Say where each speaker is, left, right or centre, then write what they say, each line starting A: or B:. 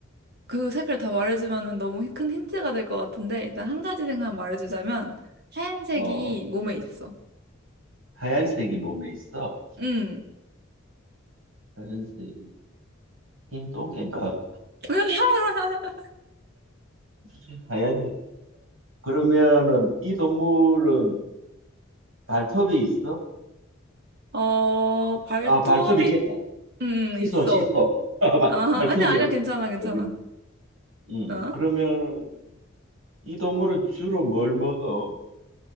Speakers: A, on the right; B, on the right.
A: 그 색깔 다 말해주면은 너무 큰 힌트가 될 것 같은데 일단 한 가지 생각 말해주자면 하얀색이
B: 어,
A: 몸에 있어.
B: 하얀색이 몸에 있어?
A: 응
B: 하얀색이 흰 똥개인가?
A: <laughs>
B: <laughs> 하얀색. 그러면은 이 동물은 발톱이 있어?
A: 어, 발톱이
B: 아, 발톱 있겠다.
A: 응...
B: 취소,
A: 있어.
B: 취소. <laughs> 아, 발-
A: 아,
B: 발톱이
A: 아니야, 아니야,
B: 없는
A: 괜찮아, 괜찮아.
B: 거거든요. 음,
A: 어?
B: 그러면 이 동물은 주로 뭘 먹어?